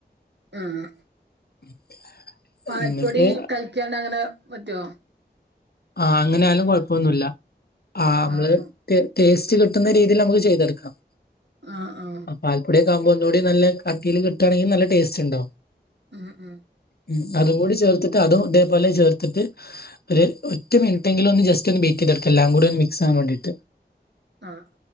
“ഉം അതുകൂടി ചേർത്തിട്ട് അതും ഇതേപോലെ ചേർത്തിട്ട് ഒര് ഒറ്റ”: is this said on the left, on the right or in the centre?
Left